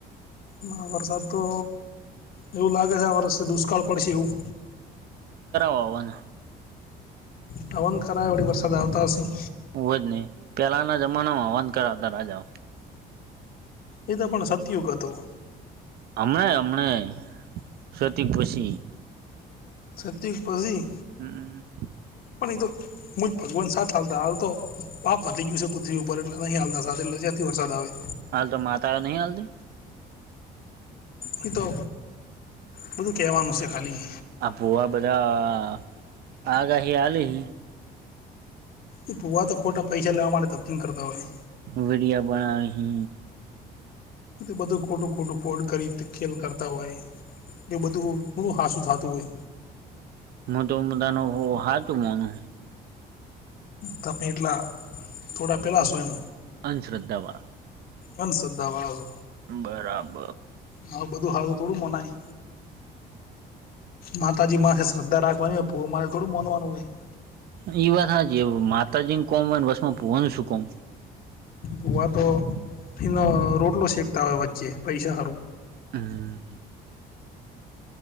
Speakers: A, on the left (about 60°); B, on the right (about 70°).
A: મહભરસાદ તો એવું લાગે છે આ વર્ષથી દુષ્કાળ પડશે એવું
B: પવન
A: ટવન કરાય વળ વરસાદ આવતા હશે
B: હું જ નહ પેલાના જમાનામાં વાંધ કરાવતા રાજા
A: એ તો પણ સત્યુગ હતું
B: હમણાં હમણાં સતયુગ પછી
A: છત પઝી
B: હમ
A: પણ તો હુંજ ભગવાન સાથ હાલતા હાલતો પાપ વધી ગયું છે પૃથ્વી ઉપર એટલે નહીં હાલતા સા એટલે જ્યાંથી વરસાદ આવે
B: હાલ તો માતા નહી હાલતી
A: એહી તો બધું કહેવાનું છે ખાલી
B: આ ભૂવા બધા આગાહી આલી
A: એ ભૂવા તો ખોટા પૈસા લેવા માટે તથંગ કરતા હોય
B: વીડિયા બનાવે હિ
A: એ બધું ખોટું ખોટું ફોડ કરી ખેલ કરતા હોય એ બધું થોડું હાંસું થતું હોય
B: મો તોો મુદા ન હા હતું મોનું
A: તમે એટલા થોડા પહેલાં છો એમ
B: અંધશ્રદ્ધામાં
A: અંધશ્રદ્ધાવા
B: બરાબર
A: હા બધું હારુ થોડું મનાય માતાજી માથે શ્રદ્ધા રાખવાની ભૂવા મા થોડું માણવાનું હોય
B: એઈ વાત હાચી માતાજીને કોમ હોય વશ માં ભુવાનું શું કોમ
A: ભુવા તો એનો રોટલો શેકતા હોય વચ્ચે પૈસા હારુ
B: હમ